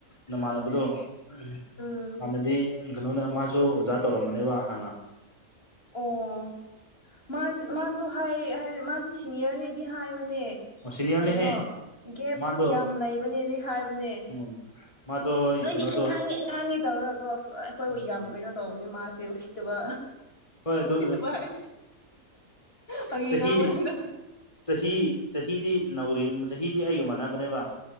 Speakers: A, on the left; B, on the left.
A: ꯅꯃꯥꯟꯅꯕꯗꯣ ꯎꯝ
B: ꯎꯝ
A: ꯍꯥꯟꯅꯗꯤ ꯀꯩꯅꯣꯅ ꯃꯥꯁꯨ ꯑꯣꯖꯥ ꯇꯧꯔꯝꯕꯅꯦꯕ ꯍꯥꯟꯅ
B: ꯑꯣ ꯃꯥ ꯃꯥꯁꯨ ꯍꯥꯏ ꯃꯥꯁꯤ ꯁꯤꯅꯤꯌꯔꯅꯦꯗꯤ ꯍꯥꯏꯕꯅꯦ
A: ꯑꯣ ꯁꯤꯅꯤꯌꯔꯅꯦꯍꯦ
B: ꯀꯩꯅꯣ ꯒꯦꯞ
A: ꯃꯥꯗꯣ
B: ꯌꯥꯝ ꯂꯩꯕꯅꯦꯗꯤ ꯍꯥꯏꯕꯅꯦ
A: ꯎꯝ ꯃꯥꯗꯣ
B: ꯅꯣꯏꯗꯤ
A: ꯀꯩꯅꯣꯗꯣ
B: ꯑꯉꯥꯡꯉ ꯑꯉꯥꯡꯉꯦ ꯇꯧꯔꯒꯣ ꯑꯩꯈꯣꯏꯕꯨ
A: ꯎꯝ
B: ꯌꯥꯝꯨ ꯀꯩꯅꯣ ꯇꯥꯎꯅꯦ ꯃꯥꯁꯦ ꯎꯁꯤꯠꯇꯕ
A: ꯍꯣꯏ ꯑꯗꯨ
B: ꯎꯁꯤꯠꯇꯕ ꯍꯥꯏ ꯐꯥꯒꯤ
A: ꯆꯍꯤ
B: ꯉꯥꯡꯕꯅꯤꯗ
A: ꯆꯍꯤ ꯆꯍꯤꯗꯤ ꯅꯧꯔꯤ ꯆꯍꯤꯗꯤ ꯑꯩꯒ ꯃꯥꯟꯅꯕꯅꯦꯕ